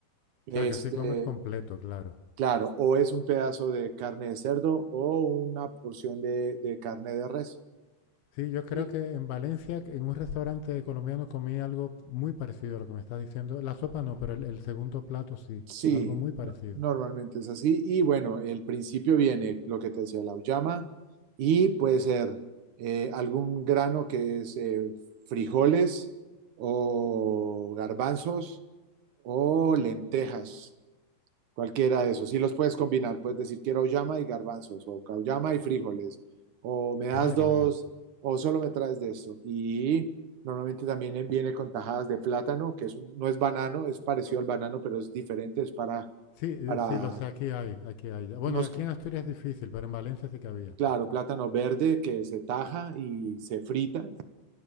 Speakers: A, on the right; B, on the left.
A: Este,
B: O sea, que así comes completo, claro.
A: claro, o es un pedazo de carne de cerdo o una porción de, de carne de res.
B: Sí, yo creo
A: Y
B: que en Valencia, en un restaurante colombiano, comí algo muy parecido a lo que me estás diciendo. La sopa no, pero el, el segundo plato sí,
A: Sí,
B: algo muy parecido.
A: no- normalmente es así. Y bueno, el principio viene lo que te decía, la uyama, y puede ser eh, algún grano que es eh, frijoles o garbanzos o lentejas, cualquiera de esos. Sí los puedes combinar, puedes decir quiero uyama y garbanzos o cauyama y frijoles, o me das
B: Madre
A: dos,
B: mía.
A: o solo me traes de esto. Y Normalmente también viene con tajadas de plátano, que es un- no es banano, es parecido al banano, pero es diferente, es para
B: Sí, eh,
A: para
B: sí, lo sé, aquí hay, aquí hay. ya. Bueno,
A: unos,
B: aquí en Asturias es difícil, pero en Valencia sí que había.
A: claro, plátano verde que se taja y se frita